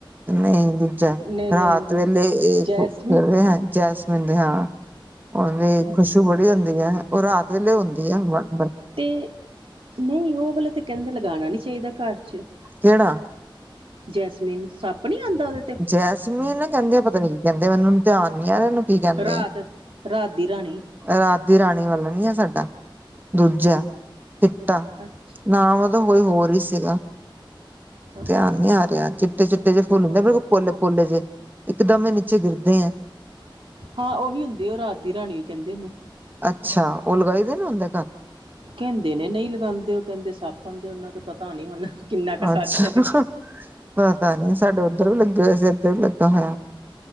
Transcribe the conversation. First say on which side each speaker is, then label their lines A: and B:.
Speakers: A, on the right (about 20°); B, on the right (about 85°).
A: ਨਈ ਦੂਜਾ,
B: ਨਹੀਂ ਨਹੀਂ
A: ਰਾਤ
B: ਦੂਸਰੇ
A: ਵੇਲੇ ਏ
B: ਜੈਸਮਿਨ
A: ਖਿਲੇ ਹੈ ਜੈਸ ਹੁੰਦੀ ਹਾਂ, ਓਦੀ
B: ਜੈਸਮਿਨ
A: ਖੁਸ਼ਬੂ ਬੜੀ ਹੁੰਦੀ ਹੈ ਉਹ ਰਾਤ ਵੇਲੇ ਹੁੰਦੀ ਹੈ ਬਸ।
B: ਤੇ ਨਈ ਓ ਵਾਲੇ ਤਾਂ ਕੇਂਦੇ ਲਗਾਣਾ ਨੀ ਚਾਈਦਾ ਘਰ 'ਚ।
A: ਕੇੜਾ?
B: ਜੈਸਮੀਨ ਸੱਪ ਨੀ ਆਂਦਾ ਓਦੇ?
A: ਜੈਸਮੀਨ ਨਾ ਕੇਂਦੇ ਆ ਪਤਾ ਨੀ ਕੀ ਕੇਂਦੇ ਮੈਨੂੰ ਹੁਨ ਧਿਆਨ ਨੀ ਆ ਰੇਆ ਓਨੂ ਕੀ ਕੇਂਦੇ
B: ਰਾਤ
A: ਆ
B: ਰਾਤ ਦੀ ਰਾਣੀ
A: ਰਾਤ ਦੀ ਰਾਣੀ ਵਾਲਾ ਨੀ ਆ ਸਾਡਾ, ਦੂਜਾ
B: ਹਾਂ
A: ਚਿੱਟਾ
B: ਅੱਛਾ
A: ਨਾਮ ਓਦਾ ਕੋਈ ਹੋਰ ਵੀ ਸੀਗਾ,
B: ਅੱਛਾ
A: ਧਿਆਨ ਨੀ ਆ ਰੇਆ ਚਿੱਟੇ -ਚਿੱਟੇ ਜੇ ਫੁੱਲ ਹੁੰਦੇ ਬਿਲਕੁਲ ਪੋਲੇ- ਪੋਲੇ ਜੇ, ਇੱਕਦਮ ਈ ਨੀਚੇ ਗਿਰਦੇ ਐ।
B: ਹਾਂ ਓਹੀ ਹੁੰਦੇ ਐ ਰਾਤ ਦੀ ਰਾਣੀ ਈ ਕੇਂਦੇ ਓਨੂੰ।
A: ਅੱਛਾ ਓ ਲਗਾਈ ਦਾ ਨਈ ਹੁੰਦਾ ਘਰ?
B: ਕੇਂਦੇ ਨੇ ਨਈ ਲਗਾਂਦੇ ਓ ਕੇਂਦੇ ਸੱਪ ਆਂਦੇ ਓਨਾਂ ਤੇ ਪਤਾ ਨੀ ਹੁਣ ਕਿੰਨਾ ਕੁ ਸੱਚ
A: ਅੱਛਾ
B: ਹੈ ਤੇ
A: ਹਹ ਪਤਾ ਨੀ ਸਾਡੇ ਓਧਰ ਵੀ ਲੱਗੇ ਹੋਏ ਸੀ, ਏਧਰ ਵੀ ਲੱਗਾ ਹੋਏਆ,